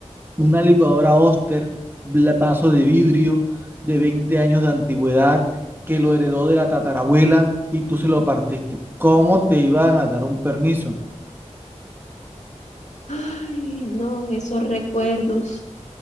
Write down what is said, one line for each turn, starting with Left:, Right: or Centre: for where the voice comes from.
Right: una licuadora Oster, bla- vaso de vidrio de 20 años de antigüedad que lo heredó de la tatarabuela y tú se lo partiste. ¿Cómo te iban a dar un permiso?
Left: Ay, no, esos recuerdos,